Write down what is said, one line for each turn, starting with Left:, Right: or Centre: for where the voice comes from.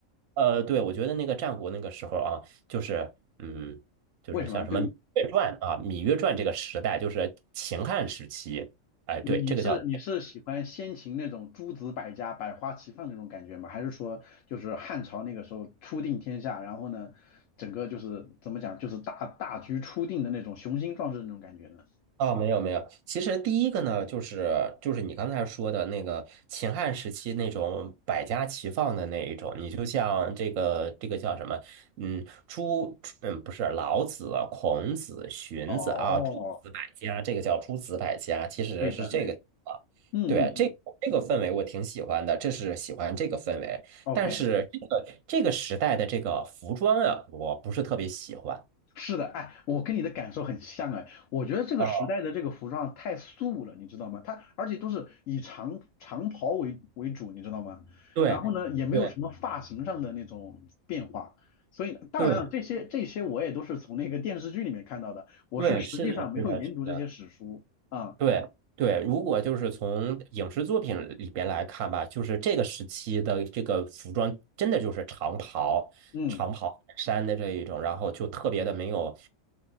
Right: 呃，对，我觉得那个战国那个时候啊，就是嗯，
Left: <laughs>
Right: 就是像什么《芈月传》啊，
Left: 为什么？就
Right: 《芈月传》这个时代，就是秦汉时期。哎，
Left: 你你是你是喜欢先秦那种诸子百家、
Right: 对，这个叫。
Left: 百花齐放那种感觉吗？还是说就是汉朝那个时候初定天下，然后呢，整个就是怎么讲，就是大大局初定的那种雄心壮志的那种感觉呢？
Right: 啊、没有没有，其实第一个呢，就是就是你刚才说的那个秦汉时期那种百家齐放的那一种，你就像这个这个叫什么，嗯，诸嗯不是老子、孔子、荀子啊，
Left: 哦，
Right: 诸子百家，这个叫诸子百家，其实是这个啊，
Left: 对的，对的，嗯嗯嗯
Right: 对，这这个氛围我挺喜欢的，这是喜欢这个氛围，
Left: ，OK。
Right: 但是这个这个时代的这个服装啊，我不是特别喜欢。
Left: 是的，哎，我跟你的感受很像哎，我觉得这个时代的这个服装太素了，
Right: 啊。
Left: 你知道吗？它而且都是以长长袍为为主，你知道吗？
Right: 对
Left: 然后呢，也没有什么发型上的那种变化，
Right: 对
Left: 所以当然了，
Right: 对
Left: 这些这些我也都是从那个电视剧里面看到的，我是实际上没有研读这些史书啊，
Right: 对，是的，是的，是的，对对。如果就是从影视作品里边来看吧，就是这个时期的这个服装，真的就是长袍、
Left: 嗯
Right: 长袍衫的这一种，然后就特别的没有